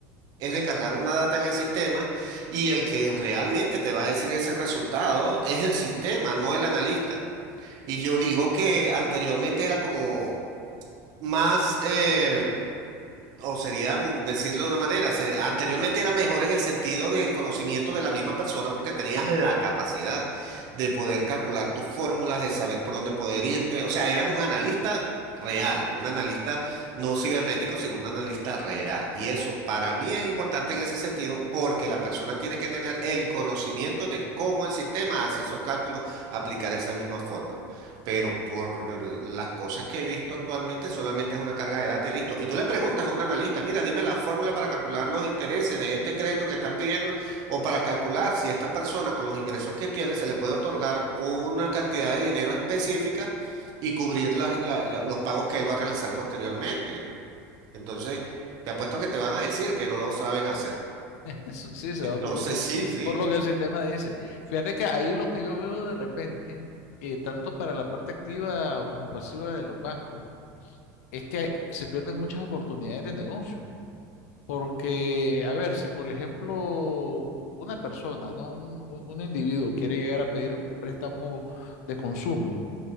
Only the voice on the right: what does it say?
es de cargar una data en el sistema y el que realmente te va a decir ese resultado es el sistema, no el analista. Y yo digo que anteriormente era como más, eh, o sería mu- decirlo de una manera, se- anteriormente era mejor en el sentido del conocimiento de la misma persona porque tenías la capacidad de poder calcular tus fórmulas, de saber por dónde poder irte. O sea, eras un analista real, un analista no cibernético, sino un analista real. Y eso para mí es importante en ese sentido porque la persona tiene que tener el conocimiento de cómo el sistema hace esos cálculos, aplicar esa misma forma pero por las cosas que he visto actualmente solamente es una carga de data y listo. Y tú le preguntas a un analista, mira, dime la fórmula para calcular los intereses de este crédito que están pidiendo o para calcular si esta persona con los ingresos que tiene se le puede otorgar una cantidad de dinero específica y cubrir las- la- la- los pagos que él va a realizar posteriormente. Entonces, te apuesto que te van a decir que no lo saben hacer.
Entonces,
<laughs> sí, sí.